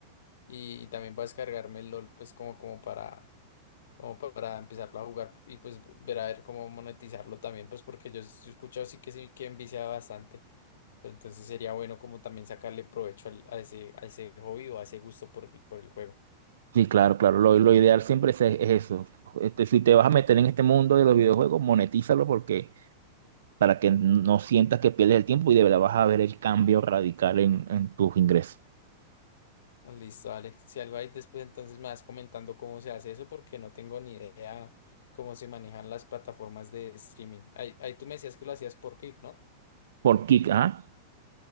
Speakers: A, on the left; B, on the right.
A: y, y también voy a descargarme el LOL, pues como, como para como pa- para empezarlo a jugar y pues ver a ver cómo monetizarlo también, pues porque yo, s- yo he escuchado sí que sí que envicia bastante, pero entonces sería bueno como también sacarle provecho al- a ese, a ese hobby o a ese gusto por el, por el juego.
B: Sí, claro, claro. Lo, lo ideal siempre es, es eso. Este, si te vas a meter en este mundo de los videojuegos, monetízalo porque para que no sientas que pierdes el tiempo y de verdad vas a ver el cambio radical en, en tus ingresos.
A: Ah, Listo, Alex. Si algo hay después, entonces me vas comentando cómo se hace eso, porque no tengo ni idea cómo se manejan las plataformas de streaming. Ahí, ahí tú me decías que lo hacías por Kick, ¿no?
B: Por Kick, ¿ah?